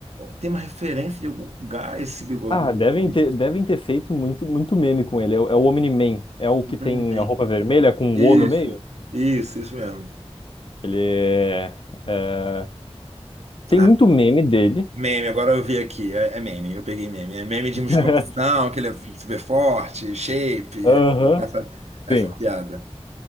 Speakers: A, on the right (about 80°); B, on the left (about 50°).
A: Tem uma referência de algum lugar esse bigodudo
B: Ah, devem
A: aqui.
B: ter, devem ter feito muito, muito meme com ele. É, o é o Omni-Man. É o que
A: Mas
B: tem
A: não tem.
B: a roupa vermelha com
A: Isso,
B: o O no meio?
A: isso, isso mesmo.
B: Ele é, é, Tem
A: Ah,
B: muito meme dele.
A: meme, agora eu vi aqui. É, é meme, eu peguei meme. É meme de
B: <laughs>
A: musculação, que ele é super forte, shape.
B: Aham.
A: é essa, essa
B: Sim,
A: piada.